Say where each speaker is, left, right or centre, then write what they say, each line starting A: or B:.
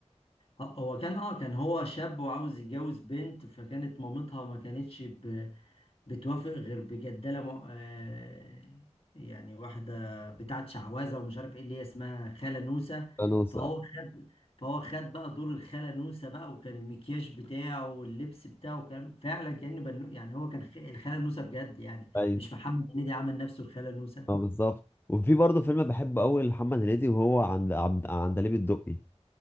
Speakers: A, on the left (about 55°); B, on the left (about 20°).
A: هو كان اه كان هو شاب وعاوز يتجوز بنت فكانت مامتها ما كانتش ب... بتوافق غير بجدالة م... آه، يعني واحدة بتاعت شعوذة ومش عارف ايه اللي هي اسمها خالة نوسة
B: فانوس
A: فهو
B: اه
A: خد فهو خد بقى دور الخالة نوسة بقى وكان المكياج بتاعه واللبس بتاعه كان فعلا كأنه بنو يعني هو كان خ- الخالة نوسة بجد يعني
B: ايوه
A: مش محمد هنيدي عمل نفسه الخالة نوسة
B: اه بالظبط وفي برضه فيلم بحبه قوي لمحمد هنيدي وهو عند عند عندليب الدقي